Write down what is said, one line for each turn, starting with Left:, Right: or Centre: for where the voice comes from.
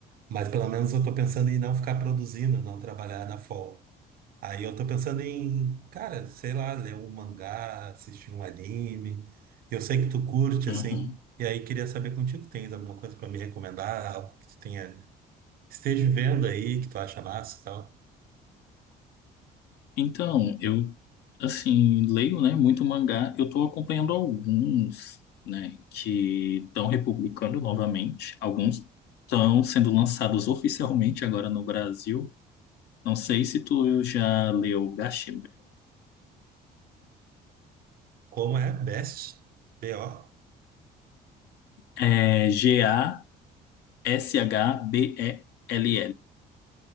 Right: Mas pelo menos eu tô pensando em não ficar produzindo, não trabalhar na folga. Aí eu tô pensando em, cara, sei lá, ler um mangá, assistir um anime. Eu sei que tu curte,
Left: Uhum.
Right: assim, e aí queria saber contigo, tens alguma coisa pra me recomendar, algo que tu tenha, esteja vendo aí, que tu acha massa e tal.
Left: Então, eu, assim, leio, né, muito mangá. Eu tô acompanhando alguns, né, que estão republicando novamente. Alguns estão sendo lançados oficialmente agora no Brasil. Não sei se tu já leu Gash
Right: Como é? Best? B.O.?
Left: É G-A-S-H-B-E-L-L.